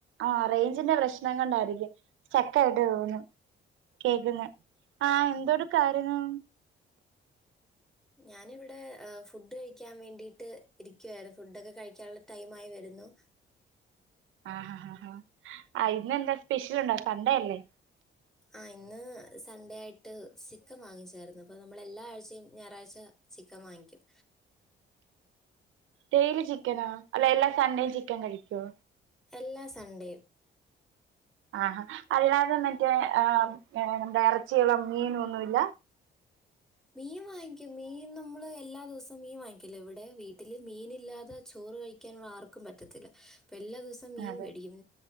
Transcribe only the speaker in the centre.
ഞാനിവിടെ ഫുഡ് കഴിക്കാൻ വേണ്ടിയിട്ട് ഇരി ഇരിക്കുവായിരുന്നു ഫുഡൊക്കെ കഴിക്കാനുള്ള ടൈം ആയി വരുന്നു
ആ ഇന്ന് സൺഡേ ആയിട്ട് ചിക്കൻ വാങ്ങിച്ചരുന്നു അപ്പോ നമ്മൾ എല്ലാഴ്ചയും ഞായറാഴ്ച ചിക്കൻ വാങ്ങിക്കും
എല്ലാ സൺഡേയും
മീൻ വാങ്ങിക്കും മീൻ നമ്മള് എല്ലാ ദിവസവും മീൻ വാങ്ങിക്കല ഇവിടെ വീട്ടില് മീന ഇല്ലാതെ ചോറ് കഴിക്കാൻ ആർക്കും പറ്റത്തില്ല ഇപ്പോ എല്ലാ ദിവസം മീൻ
വേടിക്കും